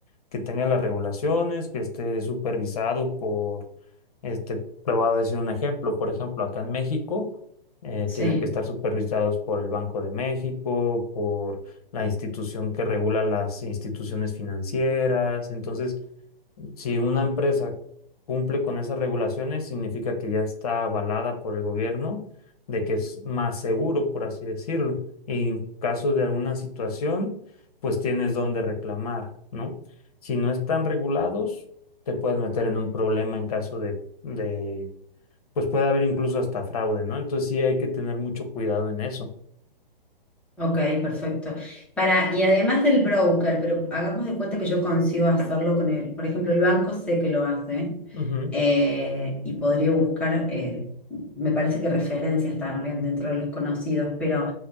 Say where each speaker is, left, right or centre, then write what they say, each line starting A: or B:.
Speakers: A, on the left; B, in the centre.
A: que tenga las regulaciones, que esté supervisado por, este, te voy a decir un ejemplo, por ejemplo, acá en México eh,
B: sí.
A: tienen que estar supervisados por el Banco de México, por la institución que regula las instituciones financieras, entonces si una empresa cumple con esas regulaciones, significa que ya está avalada por el gobierno, de que es más seguro, por así decirlo. Y en caso de alguna situación, pues tienes dónde reclamar, ¿no? Si no están regulados, te puedes meter en un problema en caso de, de, pues puede haber incluso hasta fraude, ¿no? Entonces sí hay que tener mucho cuidado en eso.
B: Ok, perfecto. Para, y además del broker, pero hagamos de cuenta que yo consigo hacerlo con él. Por ejemplo, el banco sé que lo hace
A: Ujú.
B: eh, y podría buscar, eh, me parece que referencias también dentro de los conocidos, pero